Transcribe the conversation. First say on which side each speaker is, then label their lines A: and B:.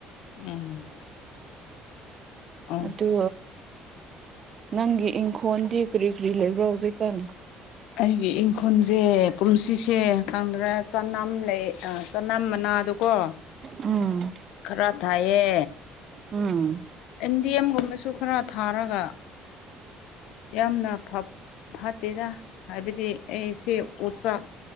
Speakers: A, on the left; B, on the right.
A: ꯎꯝ ꯑꯥ
B: ꯑꯗꯣ ꯅꯪꯒꯤ ꯏꯪꯈꯣꯜꯗꯤ ꯀ꯭ꯔꯤ ꯀ꯭ꯔꯤ ꯂꯩꯕ꯭ꯔꯣ ꯍꯧꯖꯛꯀꯥꯟ?
A: ꯑꯩꯒꯤ ꯏꯪꯈꯣꯜꯖꯦ ꯀꯨꯝꯁꯤꯁꯦ ꯈꯪꯗ꯭ꯔꯦ ꯆꯅꯝ ꯂꯩ ꯑ ꯆꯅꯝ ꯃꯅꯥꯗꯣ ꯀꯣ
B: ꯎꯝ
A: ꯈꯔ ꯊꯥꯏꯌꯦ
B: ꯎꯝ
A: ꯑꯦꯟꯗꯦꯝꯒꯨꯝꯕꯁꯨ ꯈꯔ ꯊꯥꯔꯒ ꯌꯥꯝꯅ ꯐꯥ ꯐꯠꯇꯦꯗ ꯍꯥꯏꯕꯗꯤ ꯑꯩꯁꯦ ꯎ ꯆꯥꯛ